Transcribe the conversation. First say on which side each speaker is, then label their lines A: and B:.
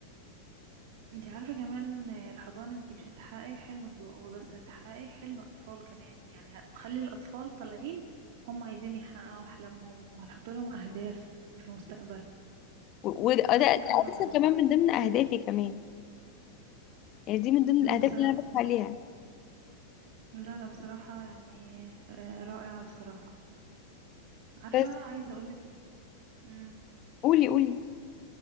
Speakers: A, on the right; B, on the left.
A: انتي عارفة كمان آه، الحضانة انتي مش هتحققي حلمك ب- وبس هتحققي حلم أطفال كمان يعني هتخلي الأطفال طالعين هم عايزين يحققوا أحلامهم وهتحط لهم أهداف في المستقبل
B: و- وده
A: لا
B: ده ده
A: فكرة
B: اساسا
A: رائعة
B: كمان من ضمن اهدافي كمان يعني دي من ضمن
A: أمم،
B: الاهداف
A: بصراحة
B: اللي انا بسعى ليها
A: لا لا بصراحة يعني آه، رائعة بصراحة عارفة
B: بس
A: عايزة أقولك امم
B: قولي قولي